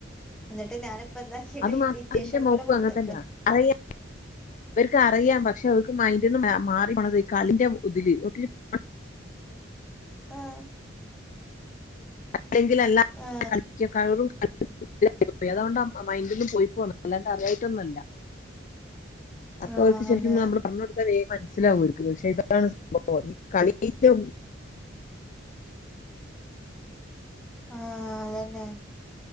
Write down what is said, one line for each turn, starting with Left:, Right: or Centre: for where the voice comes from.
Centre: എന്നിട്ട് ഞാനിപ്പോ എന്താക്കിട്ട്
Left: അത് മാത്രം
Centre: ഇത്യാവേഷ്യം
Left: എന്റെ
Centre: പോലെ
Left: മോക്കും
Centre: കൊടുത്തക്ക്
Left: അങ്ങനെ തന്നാ അറിയാം ഇവർക്ക് അറിയാം പക്ഷെ അവർക്ക് മൈ മാറി പോണത് ഈ കളിന്റെ ഉതില്ക്ക
Centre: ആ
Left: അല്ലങ്കിൽ എല്ലാ
Centre: ആ
Left: കളിക്ക <unintelligible> അതൊണ്ട് മൈന്റന്നും പോയി പോന്ന അല്ലാണ്ട് അറിയായിട്ടൊന്നുവല്ല ഒക്കെ
Centre: ആ
Left: അവർക്ക് ശരിക്കും
Centre: അതെ
Left: നമ്മള് പറഞ്ഞ് കൊടത്ത വേ മനസ്സിലാവൊര്ക്ക് പക്ഷെ ഇതാണ് സംഭവം ഈ കളിൻ്റെ
Centre: ഫ്ല ആഹ് അതെന്നെ